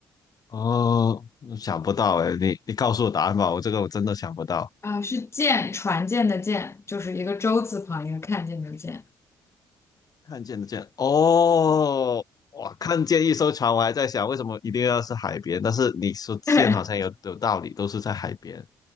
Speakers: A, on the left; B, on the left.
A: 哦，想不到哎，你你告诉我答案吧，我这个我真的想不到。
B: 啊、是舰，船舰的舰，就是一个舟字旁一个看见的见，
A: 看见的见哦，哇，看见一艘船，我还在想为什么一定要是海边，但是你说见好像有有道理，
B: <laughs> 对
A: 都是在海边。